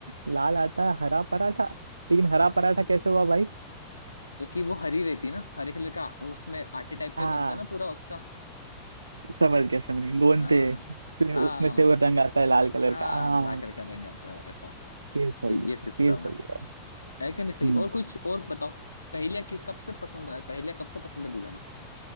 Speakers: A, on the right; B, on the left.
A: लाल आटा हरा पराठा लेकिन हरा
B: हाँ
A: पराठा कैसे हुआ भाई
B: क्योंकि वो हरी रहती है ना हरे कलर का वो उसमें आटे टाइप का
A: हाँ
B: ही बनता है ना पूरा उसका
A: समझ गया समझ गया गोंदते
B: हाँ
A: हैं, फिर
B: हाँ
A: उसमें से वो रंग आता है लाल कलर
B: हाँ
A: का हाँ
B: लाकर का रंग आता है ऐसा
A: फिर सही
B: तो ये
A: है
B: सिस्टम
A: फिर सही
B: है
A: है भाई
B: है कि नहीं सही
A: हम्म
B: और कुछ और बताओ पहले कि कब से पसंद है पहले कब से पसंद है बुझाना